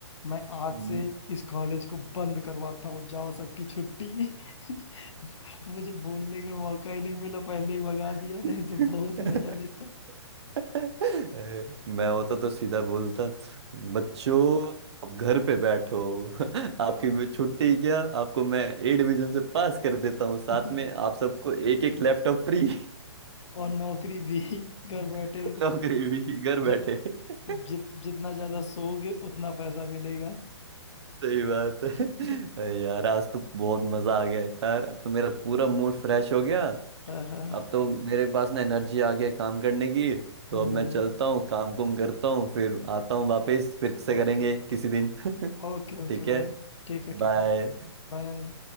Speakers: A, on the left (about 80°); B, on the right (about 65°).
A: मैं आज
B: हम्म।
A: से इस कॉलेज को बंद करवाता हूँ जाओ सबकी छुट्टी <laughs> मुझे बोलने का मौका ही नहीं मिला पहले ही भगा
B: <laughs>
A: दिया नहीं
B: वही।
A: तो बहुत मजा लेता
B: <laughs> ए, मैं होता तो सीधा बोलता बच्चों अब घर पे बैठो <laughs> आपकी भी छुट्टी क्या आपको मैं ए डिवीजन से पास कर देता हूँ साथ
A: <laughs>
B: में आप सबको एक एक लैपटॉप फ्री
A: और नौकरी भी घर बैठे
B: <laughs> नौकरी भी घर
A: जि,
B: बैठे <laughs>
A: जि, जितना ज्यादा सोओगे उतना पैसा मिलेगा
B: सही बात है
A: <laughs>
B: अरे यार आज तो बहुत मजा आ गया यार अब तो मेरा पूरा मूड फ्रेश हो गया
A: हाँ हाँ
B: अब तो मेरे पास ना एनर्जी आ गया काम करने की तो
A: हम्म,
B: अब मैं चलता हूँ काम कुम करता हूँ फिर आता हूँ वापस फिर से
A: ओके
B: करेंगे किसी दिन <laughs>
A: ओके ओके
B: ठीक
A: भाई
B: है
A: ठीक है
B: बाय
A: ठीक है बाय